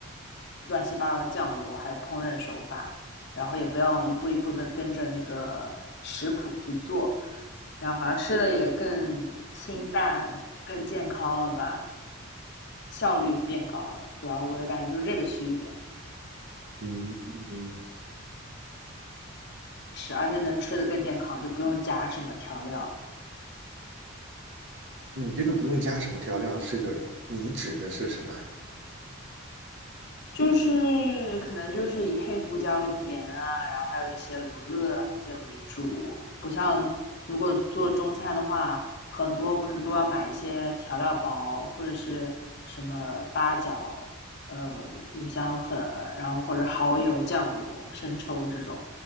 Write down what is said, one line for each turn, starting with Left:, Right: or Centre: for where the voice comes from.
Left: 乱七八糟的酱油，还有烹饪手法，然后也不用一步一步的跟着那个食谱去做，然后好像吃的也更清淡、更健康了吧，效率变高了。主要我就感觉就是这个区别，
Right: 嗯，
Left: 是而且能吃的更健康，就不用加什么调料。
Right: 你这个不用加什么调料，是个，你指的是什么？
Left: 就是可能就是以黑胡椒、盐啊，然后还有一些罗勒啊那些为主，不像如果做中餐的话，很多我可能都要买一些调料包或者是什么八角、呃五香粉，然后或者蚝油、酱油、生抽这种，